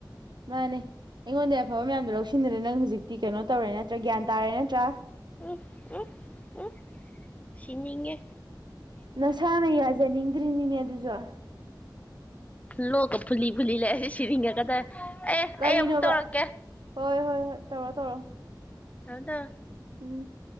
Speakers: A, on the right; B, on the left.
A: ꯃꯥꯅꯦ ꯑꯩꯉꯣꯟꯗ ꯑꯐꯕ ꯃꯌꯥꯝꯗꯣ ꯂꯧꯁꯤꯟꯅꯗꯔꯦ ꯅꯪ ꯍꯧꯖꯤꯛꯇ ꯀꯤꯩꯅꯣ ꯇꯧꯔꯦ ꯅꯠꯇ꯭ꯔ ꯒ꯭ꯌꯥꯟ ꯇꯥꯔꯦ ꯅꯠꯇ꯭ꯔꯥ
B: ꯎ ꯎ ꯎ ꯁꯤꯅꯤꯉꯦ
A: ꯅꯁꯥꯅ ꯌꯥꯖꯅꯤꯡ ꯀꯗꯔꯤꯅꯤꯅꯦ ꯑꯗꯨꯖ
B: ꯂ ꯐꯨꯂꯤ ꯐꯨꯂꯤ ꯂꯦ ꯁꯤꯔꯤꯒ ꯀꯗ ꯑꯦ
A: ꯀꯔꯤꯅꯣꯕ
B: ꯑꯩ ꯑꯃꯨꯛ ꯇꯧꯔꯛꯀꯦ
A: ꯍꯣꯏ ꯍꯣꯏ ꯍꯣꯏ ꯇꯧꯔꯣ ꯇꯧꯔꯣ
B: ꯊꯗ
A: ꯎꯝ